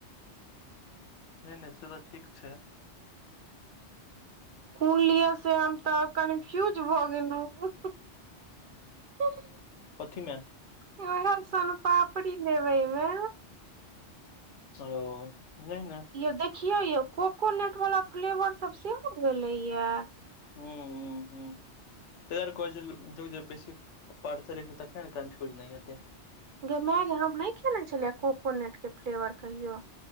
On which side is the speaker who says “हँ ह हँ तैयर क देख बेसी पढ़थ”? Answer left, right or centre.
Left